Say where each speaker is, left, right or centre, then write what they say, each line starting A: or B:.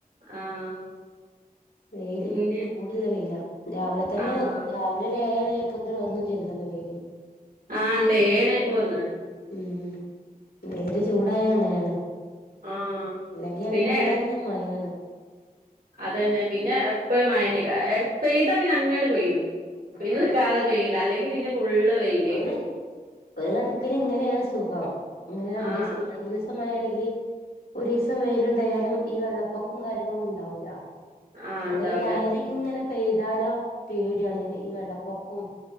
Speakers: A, on the right; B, on the left.
A: ആഹ്
B: വെയില്
A: പിന്നെ
B: ത് ചൂട്ല്ല വെയില രാവിലെ തന്നെ
A: ആഹ്
B: രാവ്‌ ഇന്ന് ഒര് ഏഴണിയായപ്പോത്ത്ന് വന്നും ചെയ്ത്ണല്ലോ വെയില്?
A: ആഹ് ഇണ്ടേ ഏഴണി ആയപ്പോ വന്ന്ണ്.
B: ഉം വെയില് ചൂടായ അങ്ങനേണ്
A: ആഹ്
B: ഇല്ലെങ്കിൽ അങ്ങ
A: പിന്നെ എട
B: <unintelligible> മഴാണ്
A: അതന്നെ പിന്നെ എപ്പഴും മഴന്നേക്ക എട പെയ്ത പിന്നെ അങ്ങാണ്ട് പെയ്യും. പിന്നെ
B: ആഹ്
A: നിക്കാത പെയ്യ്ല അല്ലെങ്കിൽ പിന്നെ ഫുള്ള് വെയ്
B: ഒര് ഒരു കണക്കിന് ഇങ്ങനേണ് സുഖം ഇങ്ങനെ രണ്ടീസം
A: ആഹ്
B: രണ്ട്, മൂന്ന്സം ഇപ്പം മഴയാണെങ്കിൽ ഒരീസം വെയില് ഇണ്ടായാല് ഈ വെള്ളപ്പൊക്കും കാര്യങ്ങളും ഉണ്ടാവൂല.
A: ആഹ്
B: അല്ല
A: ഉണ്ടാവൂല
B: ഈ ഡയലി ഇങ്ങനെ പെയ്താലോ പേടിയാണ് ഈ വെള്ളപ്പൊക്കം